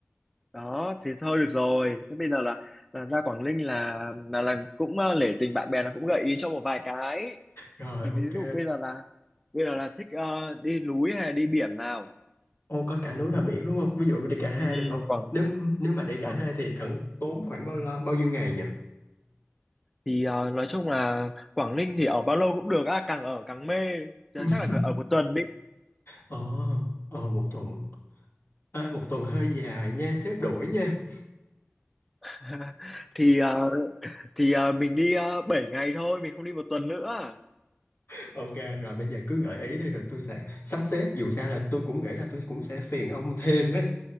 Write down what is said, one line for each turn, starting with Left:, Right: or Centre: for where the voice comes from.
Centre: đó thì thôi được rồi. Thế bây giờ là là ra Quảng Ninh là là là cũng ờ, nể tình bạn bè là cũng gợi ý cho một vài cái.
Left: Rồi
Centre: Thì
Left: ok.
Centre: ví dụ bây giờ là bây giờ là thích ờ, đi núi hay là đi biển nào?
Left: Ô có cả núi và biển đúng không? Ví dụ mình đi cả
Centre: Ừ,
Left: hai được không?
Centre: Quảng
Left: Nếu nếu mà đi cả
Centre: Quảng
Left: hai thì cần tốn khoảng bao lâu, bao nhiêu ngày nhỉ?
Centre: thì à, nói chung là Quảng Ninh thì ở bao lâu cũng được á, càng ở càng mê. Chứ
Left: <laughs>
Centre: Chắc là phải ở một tuần đi.
Left: Ờ, ờ một tuần. À, một tuần hơi dài nha, xếp đổi nha.
Centre: <laughs> Thì à, thì à, mình đi uh, 7 ngày thôi, mình không đi một tuần nữa.
Left: <laughs> Ok, rồi bây giờ cứ gợi ý đi rồi tôi sẽ sắp xếp. Dù sao là tôi cũng nghĩ là tôi cũng sẽ phiền ông thêm đấy.